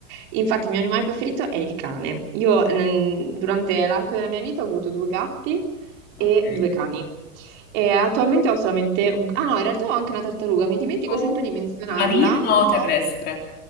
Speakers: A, on the right; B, on the left.
A: Infatti il mio animale preferito è il cane. Io nel- durante l'arco della mia vita ho avuto due gatti e
B: Ok.
A: due cani. E attualmente ho solamente un... Ah no, in realtà ho anche una tartaruga, mi dimentico
B: Oh,
A: sempre di menzionarla,
B: marino
A: ma
B: o
A: ho
B: terrestre?